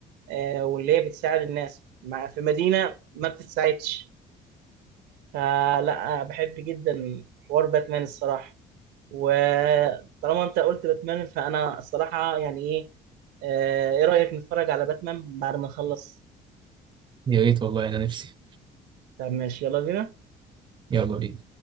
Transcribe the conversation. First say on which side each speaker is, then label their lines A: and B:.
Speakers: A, on the right; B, on the right.
A: آه، واللي هي بتساعد الناس مع- في مدينة ما بتتساعدش فلا بحب جدا حوار باتمان الصراحة وطالما انت قلت باتمان فانا الصراحة يعني ايه آه، ايه رأيك نتفرج على باتمان بعد ما نخلص
B: يا ريت والله أنا نفسي
A: طب ماشي يلا بينا
B: يلا بينا